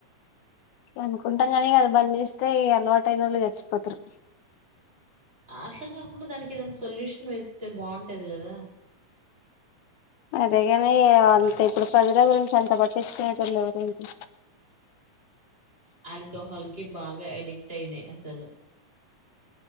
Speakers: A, on the left; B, on the right.
A: అనుకుంటాం కానీ అది బంద్ చేస్తే అలవాటు అయినవాళ్ళు చచ్చిపోతారు.
B: ఆ అట్లా కాకుండా దానికి ఏదైనా సో సొల్యూషన్ వెతికితే బాగుంటది గదా
A: అదేగాని అంతే ఇప్పుడు ప్రజల గురించి అంత పట్టించుకునేటళ్ళు ఎవరుంటారు.
B: ఆల్కహాల్ కి బాగా అడిక్ట్ అయినాయి అసలు